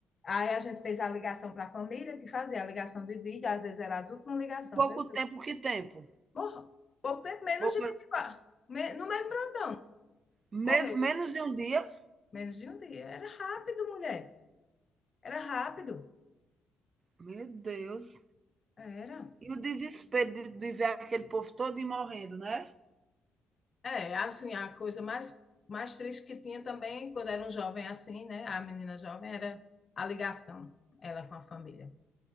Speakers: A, on the left; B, on the right.
A: Aí a gente fez a ligação para a família, que fazia a ligação de vídeo, às vezes era as últimas ligações,
B: Pouco
A: viu?
B: tempo, que tempo?
A: Morra. Pouco tempo, menos
B: pouco
A: de 24. Me, no mesmo plantão,
B: me
A: morreu.
B: menos de um dia?
A: Menos de um dia. Era rápido, mulher. Era rápido.
B: Meu Deus.
A: Era.
B: E o desespero de de ver aquele povo todo morrendo, né?
A: É, assim, a coisa mais, mais triste que tinha também, quando era um jovem assim, né? A menina jovem era a ligação, ela com a família.